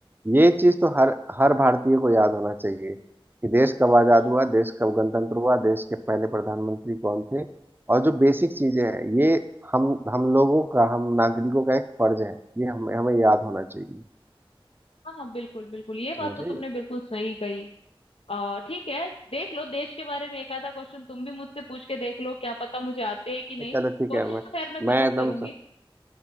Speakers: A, on the right (about 20°); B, on the left (about 85°).
A: ये चीज तो हर हर भारतीय को याद होना चाहिए कि देश कब आजाद
B: तो
A: हुआ देश कब गणतंत्र हुआ देश के पहले प्रधानमंत्री कौन थे और जो बेसिक चीजें हैं ये हम हम लोगों का हम नागरिकों का एक फर्ज है ये हमें हमें याद होना चाहिए
B: हाँ हाँ बिल्कुल बिल्कुल ये बात
A: समझे
B: तो तुमने बिल्कुल सही कही अ, ठीक है देख लो देश के बारे में एक आधा क्वेश्चन तुम भी मुझसे पूछ के देख लो क्या पता मुझे आते हैं कि नहीं
A: चलो ठीक
B: कोशिश
A: है मैं
B: तो खैर मैं
A: मैं
B: जरूर
A: एकदम
B: करूंगी
A: स-